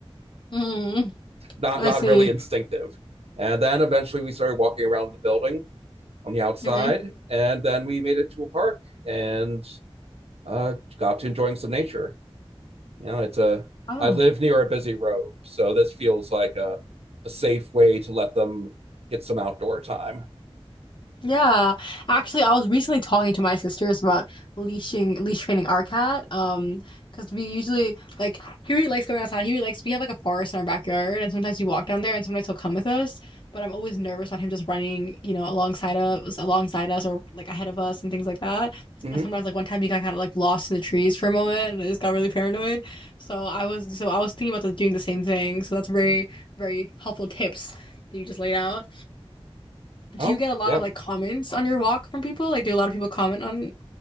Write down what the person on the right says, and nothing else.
not
not
really instinctive. And then eventually we started walking around the building on the outside,
and then we made it to a park and uh, got to enjoying some nature. You know, it's a
I live near a busy road, so this feels like a a safe way to let them get some outdoor time.
hmm
Oh
yeah,